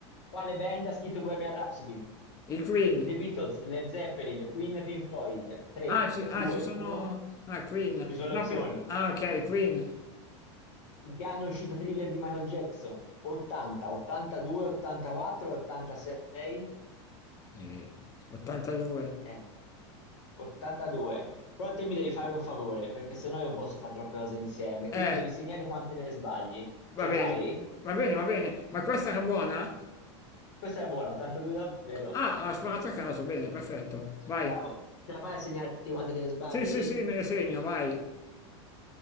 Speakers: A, on the left (about 80°); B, on the left (about 20°).
A: Quale band ha scritto Bohemian Rhapsody?
B: Il Queen.
A: The Beatles, Led Zeppelin, Queen, Pink Floyd. 3,
B: Ah, ci,
A: 2,
B: ah, ci sono...
A: 1.
B: Ah, Queen.
A: Ci sono le
B: No,
A: opzioni.
B: per- Ah, ok, Queen.
A: In che anno è uscito Thriller di Michael Jackson? 80, 82, 84, 86?
B: Eh, 82.
A: Eh, 82. Però te mi devi fare un favore, perché sennò io non posso fare troppe cose insieme. Te
B: Eh,
A: ti devi segnare quante ne sbagli. Ce
B: va
A: la
B: bene.
A: fai?
B: Va bene, va bene. Ma questa era buona?
A: Questa era buona, 82 davvero.
B: Ah, ha sparato a caso. Bene, perfetto. Vai.
A: Bravo. Ce la fai a segnarti quante te ne sbagli?
B: Sì, sì, sì, me le segno, vai.